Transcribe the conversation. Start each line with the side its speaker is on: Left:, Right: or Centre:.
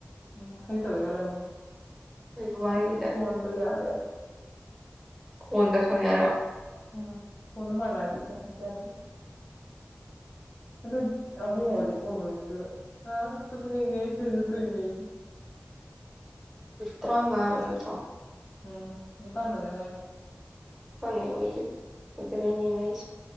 Left: ꯎꯝ ꯑꯩꯁꯨ ꯇꯧꯒꯦ ꯈꯜꯂꯝꯃꯤꯅꯦ
Centre: ꯕꯕꯥꯒꯤꯗ
Left: ꯑꯗꯨ ꯈꯣꯟꯗꯣ ꯌꯥꯗꯦꯕ
Centre: ꯈꯣꯟꯗ ꯈꯪꯉꯦ ꯍꯥꯏꯔꯣ
Left: ꯎꯝ ꯐꯣꯟꯗ ꯃꯥꯟꯅꯔꯗꯤ ꯌꯥꯗꯦ ꯑꯗꯨ ꯑꯕꯨꯡꯉꯣ ꯖꯦ ꯀꯨꯝꯃꯝꯃꯦ ꯑꯗꯨꯒ ꯇꯨꯝꯅꯤꯡꯉꯦ ꯑꯩ ꯇꯤꯌꯨꯁꯟ ꯆꯠ ꯇꯨꯅꯦꯌꯦ
Centre: ꯇꯔꯥꯎꯉꯥ ꯍꯥꯏꯕ ꯅꯠꯇ꯭ꯔꯣ
Left: ꯎꯝ ꯅꯤꯡꯄꯥꯟ ꯂꯣꯏꯗ ꯉꯥꯏꯔꯤ
Centre: ꯐꯪꯉꯦ ꯑꯣꯏꯌꯦ ꯑꯗꯨꯅ ꯌꯦꯡꯉꯛꯏꯁꯦ